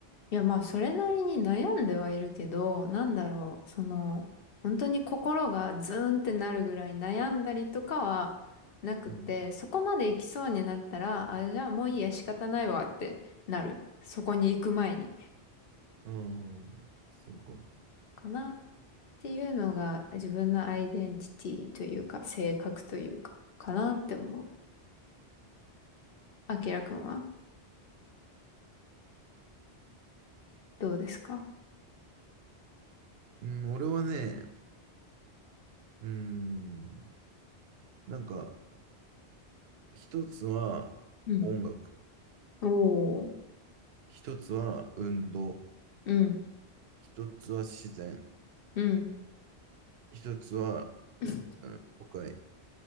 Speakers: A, on the left; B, on the right.
A: や、まあ、それなりに悩んではいるけど、なんだろう、その、本当に心がズーンってなるぐらい悩んだりとかはなくて、
B: うん。
A: そこまで行きそうになったら、あ、じゃあもういいや、仕方ないわってなる。そこに行く前に。
B: ああ、そうか。
A: かなっっていうのが自分のアイデンティティというか、性格というか、かなって思う。あきらくんはどうですか
B: うん、俺はね、うん、なんか、一つは音楽、
A: うん。おー
B: 一つは運動、
A: うん、
B: 一つは自然、
A: うん。
B: 一つは、
A: <laughs>
B: うん、都会、